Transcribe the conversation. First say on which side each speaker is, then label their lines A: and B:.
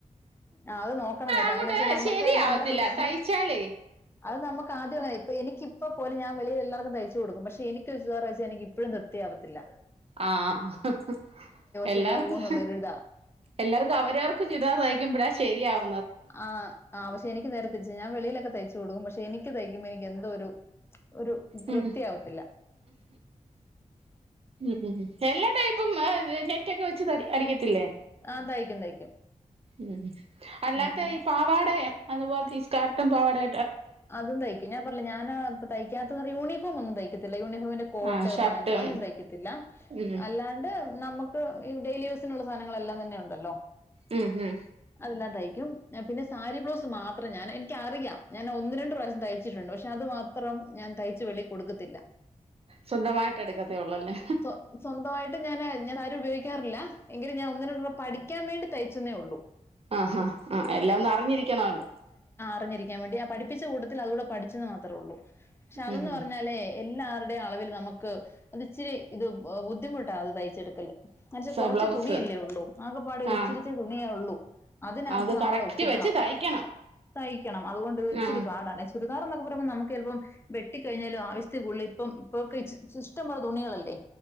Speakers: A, on the left; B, on the right.
A: ആ അത് നോക്കണം കേട്ടോ
B: അങ്ങോട്ട്
A: എന്ന വെച്ചാ നമ്മുക്ക്
B: ശരിയാവത്തില്ല
A: നമ്മുടെ പിള്ളർ
B: തയ്ച്ചാലേ
A: അത് നമുക്ക്‌ ആദ്യം ആയ ഇപ്പൊ എനിക്കിപ്പോ പോല ഞാൻ വെളിയി എല്ലാവർക്കും തയ്ച്ചു കൊടുക്കും പ ക്ഷേ എനിക്കു ഒരുസുരച്ച ഇപ്പോഴും നൃത്തിയാവത്തില്ല
B: ആഹ എല്ലാവർക്കും
A: ശരിയാവോ എന്നുള്ളൊരിതാ
B: എല്ലാവർക്കും അവരവർക്ക് ചുടാർ നയിക്കുമ്പോഴാ ശരിയാവ
A: ആ ആ പക്ഷെ എനിക്ക് നേരത്തെ തിരിച്ച് ഞാൻ വെളിയിലൊക്കെ തയ്ച്ചു കൊടും, പക്ഷെ എനിക്ക് തയ്ക്കുമ്പോ എനിക്ക് എന്തോ ഒരു ഒരു തൃപ്തിയാവത്തില്ല
B: ഉ മ്മ്ഹ് എല്ലാ ടൈപ്പും ത് നെറ്റൊക്കെ വെച്ച് അടിക്കത്തില്ലേ
A: ആ തയ്ക്കും തയ്ക്കും
B: ഉ അല്ലാത്ത
A: ഉം
B: ഈ പാവാടെ അതുപോലെ സ്കാർട്ടും പാവാടാ
A: അതും തയ്ക്കും ഞാൻ പറില്ല ഞാൻ തയ്ക്കാത്ത യൂണ ഫോമൊന്നും തൈകത യൂണിഫോമിന്റെ കോട്ട്
B: ആ ഷർട്ടും
A: പാന്റ് അതൊന്നും തയ്ക്കത്തില്ല
B: ഉം
A: അല്ലാണ്ട് നമുക്ക് ഈ ഡെയിലി യൂസിനുള്ള സാധനങ്ങളെല്ലാം തന്നെ ഉണ്ടല്ലോ
B: ഉം മ്
A: എല്ല തയ്ക്കും. ആ പിന്നൊരി സാരീബ്ലൗസ് മാത്രം ഞാൻ എനിക്കറിയാം ഞാൻ ഒന്ന രണ്ട് പ്രാവശ്യം തയ്ച്ചിട്ടുണ്ട്. പക്ഷെ അത് മാത്രം ഞാൻ തയ്ച്ച് വെളി കൊടുക്കത്തില്ല.
B: സ്വന്തമായിട്ട് എടുക്കത്തേ ഉള്ളല്ലേ
A: സ്വ സ്വന്തമായിട്ട് ഞാന് ഞാൻ ആരും ഉപയോഗിക്കാറില്ല, എങ്കിലും ഞാൻ ഒന്നിനോടെ പഠിക്കാൻ വേണ്ടി തയ്ച്ചെന്നേ ഉള്ളൂ
B: ആ ഹ ആ എല്ലാം ഒന്ന് അറിഞ്ഞിരിക്കണല്ലോ.
A: പറഞ്ഞിരിക്കാൻ വേണ്ടി ആ പഠിപ്പിച്ച കൂട്ടത്തിൽ അതൂടെ പഠിച്ചെന്ന് മാത്രേ ഉള്ളൂ. പക്ഷെ അതന്ന്
B: ഉം
A: പറഞ്ഞാലേ എല്ലാവരുടെയും അളവിൽ നമുക്ക് അത് ഇച്ചിരി ഇത് ബുദ്ധിമുട്ടാണ് അത് തയ്ച്ചെടുക്കല് മനച്ച
B: സ
A: കുറച്ച്
B: ബ്ലൗസ്
A: തുണിയല്ലേ ഉള്ളൂ ആകപ്പാട്
B: ആ
A: ഇച്ചിരിച്ച തുണിയേ ഉള്ളൂ. അതിനകത്ത്
B: അത്
A: നമ്മൾ
B: കറക്റ്റ്
A: ഒപ്പിക്കണം.
B: വെച്ച് തയ്ക്കണം
A: തയ്യ് ക്കണം അതുകൊണ്ട് ഒരു ഇച്ചിരി
B: ആ
A: പാടാണ് ചുരിദാർന്നൊക്കെ പറയുംമ്പോ നമുക്ക് ചെലപ്പം വെട്ടിക്കഴിഞ്ഞാലും ആവശ്യത്തിക്കുടുതൽ ഇപ്പം ഇപ്പൊക്കെ ഇഷ്ടം പോല തുണികളല്ലേ